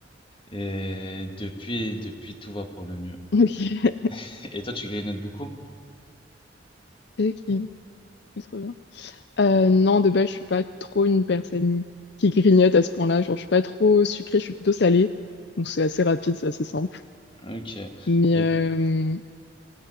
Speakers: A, on the left (about 30°); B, on the left (about 60°).
A: Et depuis, depuis, tout va pour le mieux.
B: Ok. <laughs>
A: <laughs> Et toi, tu grignotes beaucoup?
B: Ok. Trop bien. Euh, non, de base, je suis pas trop une personne qui grignote à ce point-là. Genre, je suis pas trop sucrée, je suis plutôt salée. Donc, c'est assez rapide, c'est assez simple.
A: Ok.
B: Mais,
A: Et,
B: euh,